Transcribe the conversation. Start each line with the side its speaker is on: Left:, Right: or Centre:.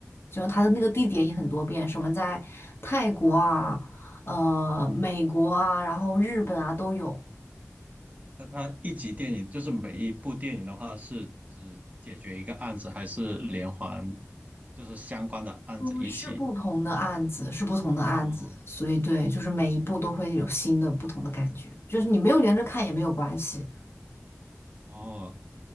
Left: 就他的那个地点也很多变，
Right: 哦
Left: 什么在泰国啊、呃美国啊，然后日本啊都有，
Right: 那它一集电影就是每一部电影的话，是只解决一个案子，还是连环，就是相关的案子一起？
Left: 嗯，是不同的案子，是不同的案子，
Right: 哦
Left: 所以对，就是每一部都会有新的不同的感觉，就是你没有连着看也没有关系
Right: 哦，